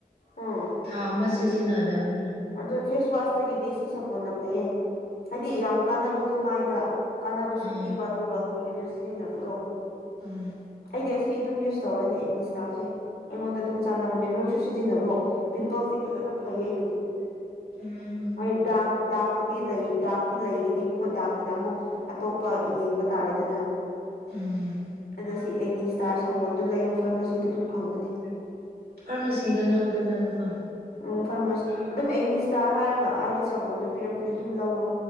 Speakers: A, on the left; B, on the right.
A: ꯎꯝ
B: ꯊꯥ ꯑꯃ ꯁꯤꯖꯤꯟꯅꯥꯗꯕꯅꯦ
A: ꯑꯗꯨ ꯐꯦꯁ ꯋꯥꯁꯇꯒꯤꯗꯤ ꯁꯤ ꯁꯥꯄꯣꯟꯅ ꯐꯩꯌꯦ ꯍꯥꯏꯗꯤ ꯌꯥꯝ ꯀꯥꯟꯅꯕꯗꯣ ꯃꯥꯏꯗ ꯀꯥꯟꯅꯕꯁꯨ
B: ꯎꯝ
A: ꯄꯤꯕ ꯑꯗꯨꯒ ꯀꯨꯏꯅꯁꯨ ꯁꯤꯖꯤꯟꯅꯕꯗꯣ
B: ꯎꯝ
A: ꯑꯩꯗꯤ ꯑꯁꯤ ꯑꯗꯨꯝ ꯌꯨꯁ ꯇꯧꯔꯅꯤ ꯑꯦꯛꯅꯤ ꯁ꯭ꯇꯥꯔꯁꯦ ꯑꯩꯉꯣꯟꯗ ꯑꯗꯨꯝ ꯆꯥꯟꯅꯕꯅꯦ ꯅꯣꯏꯁꯨ ꯁꯤꯖꯤꯟꯅꯔꯣ ꯄꯤꯝꯄꯜꯁ ꯇꯤ ꯐꯖꯅ ꯐꯩꯌꯦ ꯑꯩꯒꯤꯗꯤ
B: ꯎꯝ
A: ꯍꯣꯏ ꯗꯥꯛ ꯗꯥꯛ ꯨꯄꯨꯗꯤ ꯂꯩ ꯗꯥꯛꯇꯤ ꯂꯩꯒꯅꯦꯕꯀꯣ ꯗꯥꯛꯀꯤꯅ ꯑꯃꯨꯛ ꯑꯇꯣꯞꯄ ꯌꯦꯡꯕ ꯇꯥꯔꯦꯗꯅ
B: ꯎꯝ
A: ꯑꯁꯤ ꯑꯦꯛꯅꯤꯁꯇ꯭ꯥꯔ ꯁꯥꯒꯣꯟꯗꯨ ꯂꯩꯌꯣ ꯐꯥꯔ ꯃꯥꯁꯤꯗ ꯑꯗꯨꯝ ꯐꯪꯕꯅꯦ꯫
B: ꯐꯥꯔꯃꯥꯁꯤꯗ ꯂꯧꯗꯕꯅꯀꯣ꯫
A: ꯎꯝ ꯐꯥꯔꯃꯁꯤ ꯑꯗꯨꯝ ꯑꯦꯛꯅꯤꯁꯇ꯭ꯥꯔ ꯍꯥꯏꯔꯒ ꯍꯥꯏꯗꯤ ꯁꯥꯕꯣꯟꯗꯨ ꯄꯤꯔꯛꯄꯅꯦ ꯑꯗꯨꯝ ꯂꯧꯔꯣ꯫